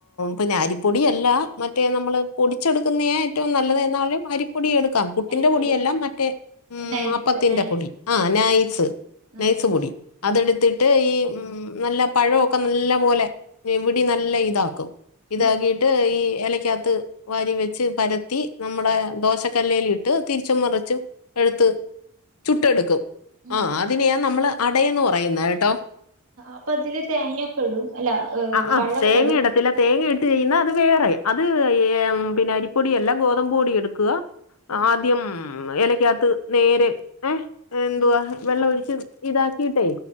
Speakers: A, on the left (about 80°); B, on the right (about 70°).
A: പിന്നെ അരിപ്പൊടിയല്ല മറ്റേ നമ്മള് പൊടിച്ചെടുക്കുന്നയെ ഏറ്റവും നല്ലത് എന്നാലും അരിപ്പൊടി എടു ക്ക പുട്ടിന്റെ
B: അരിപ്പൊടി
A: പൊടിയെല്ല മറ്റേ ഉം
B: നൈസ്
A: അപ്പത്തിന്റെപൊടി
B: നൈസ്
A: ആ നൈസ് നൈസ്പൊടി
B: ആഹ്
A: അതെടുത്തിട്ട്
B: ഉം
A: ഈ നല്ല പഴഒക്കെ നല്ലപോലെ ഞെവിടി നല്ല ഇതാക്കും ഇതാക്കിട്ട്
B: ഉം
A: ഈ ഇലയ്ക്കകത്ത് വാരി വെച്ച് പരത്തി നമ്മുടെ ദോശക്കല്ലേല്ട്ട് തിരിച്ചും മറിച്ചും എഴ്ത്ത് ചുട്ടെടുക്കും
B: ഉം
A: ആ അതിനെയാ നമ്മള് അടയന്ന് പറയുന്നേട്ടോ
B: അപ്പൊ അതില് തേങ്ങൊക്കെ ഇടും അല്ല ഏഹ്
A: അ ആ
B: പഴൊക്കെ
A: തേങ്ങ
B: ഇടും
A: ഇടത്തില്ല തേങ്ങ ട്ട് ചെയ്യ്‌ന്ന അത് വേറെ അത് ഏ പിന്നെ അരിപ്പൊടിയല്ല ഗോതമ്പ് പൊടി എടുക്കുക
B: ആഹ്
A: ആദ്യം ഇലയ്ക്കകത്ത് നേരെ ഏ എന്തുവാ
B: ഉം
A: വെള്ളം ഒഴിച്ച് ഇതാക്കിട്ടെ